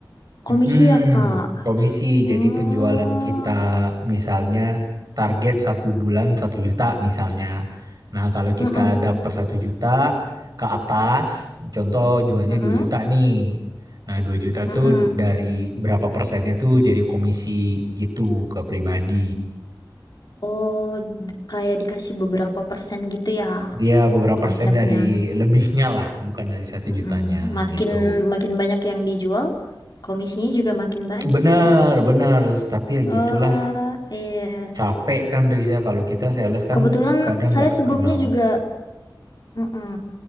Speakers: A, on the left; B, on the right.
A: Komisi
B: Mm-mm,
A: ya kak?
B: komisi.
A: oh.
B: Jadi penjualan kita misalnya target satu bulan satu juta misalnya. Nah kalau kita
A: Mm-mm,
B: dapat satu juta ke atas, contoh jualnya
A: mm-mm,
B: 2 juta nih. Nah 2 juta
A: mm-mm.
B: tuh dari berapa persennya tuh jadi komisi gitu ke pribadi.
A: Oh, d- kayak dikasih beberapa persen gitu ya
B: Dia beberapa
A: konsepnya.
B: persen dari lebihnya lah, bukan dari satu
A: Mm-mm.
B: jutanya
A: Makin
B: gitu.
A: makin banyak yang dijual, komisinya juga makin banyak
B: Bener,
A: ya.
B: bener. Tapi ya
A: Oh,
B: gitulah
A: iya.
B: Capek kan Riz ya kalau kita sales kan
A: Kebetulan
B: kadang
A: saya
B: nggak
A: sebelumnya
B: kenal.
A: juga, mm-mm.